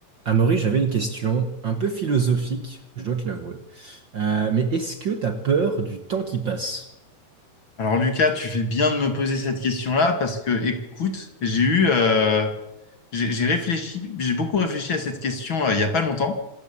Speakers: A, on the right (about 50°); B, on the left (about 45°).
A: Amaury, j'avais une question un peu philosophique, je dois te l'avouer. Euh, mais est-ce que t'as peur du temps qui passe?
B: Alors Lucas, tu fais bien de me poser cette question-là parce que, écoute, j'ai eu, euh, j'ai j'ai réfléchi, j'ai beaucoup réfléchi à cette question euh, il y a pas longtemps